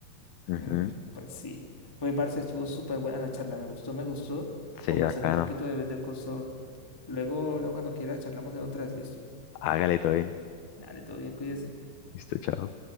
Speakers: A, on the left (about 85°); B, on the left (about 20°).
A: Ujú.
B: Mm, pues sí, pues parce, estuvo súper buena la charla, me gustó, me gustó
A: Sí,
B: conversar
A: bacano.
B: un poquito de vez de cosas, luego, luego cuando quiera charlamos de otras, listo,
A: Hágale todo bien.
B: dale, todo bien, cuídese.
A: Listo, chao.